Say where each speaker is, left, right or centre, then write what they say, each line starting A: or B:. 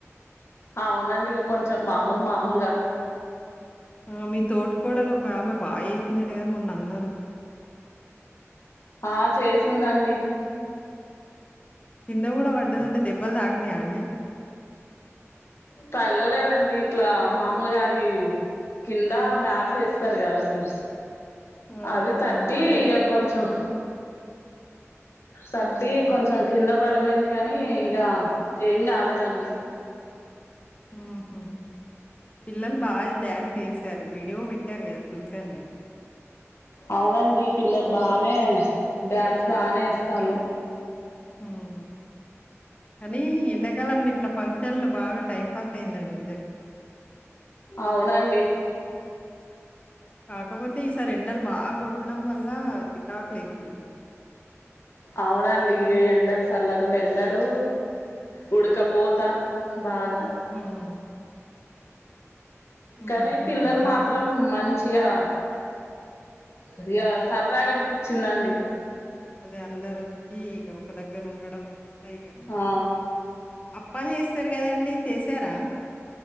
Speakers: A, on the left (about 60°); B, on the left (about 25°).
A: అవునండి ఇగ కొంచెం మామూలు మామూలుగా
B: ఆ మీ తోటికోడలు ఒక ఆమె బాచేసిందట కదా మొన్న అన్నారు
A: ఆ చేసిందండి
B: కింద గూడా పడ్డదంట దెబ్బలు తాకినాయా అండి
A: తగలలేదండి ఇట్లా మామూలుగా అది కింద మ్యాట్లు ఎస్తారు గదండి
B: ఆహా!
A: అది తట్టి
B: దానివ
A: ఇగ కొంచం తట్టి
B: ఆహా!
A: కొంచెం కింద పడివోయింది గానీ ఇగ ఏం గాలేదండి
B: హు్ హు్ పిల్లలు బాగా డ్యాన్స్ జేశారు వీడియో పెట్టారు కదా చూశాను నేను
A: అవునండి పిల్లల్ బానే డ్యాన్స్ బానే ఎస్తాలు
B: హ్మ్. కానీ ఎండాకాలంలో ఇట్లా ఫంక్షన్లు బాగా టైం పాస్ అయిందండి నిజంగ
A: అవునండి
B: కాకపోతే ఈసారి రెండలు బాగా కొట్టడం వల్ల చికాకు లేసింది నాక్
A: అవునండి ఇగ ఈ ఎండల్ సళ్ళగుండా ఎండలు ఉడకపోత బాగా
B: హ్మ్. హ్మ్.
A: కానీ
B: హ్మ్.
A: పిల్లల్
B: హ్మ్.
A: మాత్రం మంచిగా దిగ సరదాగా అనిపిచ్చిందండి
B: ఒక అందరు వచ్చి ఒక దగ్గర ఉండడం ఇగ
A: ఆ
B: అప్పాల్ జేస్తర్ గదండి జేసారా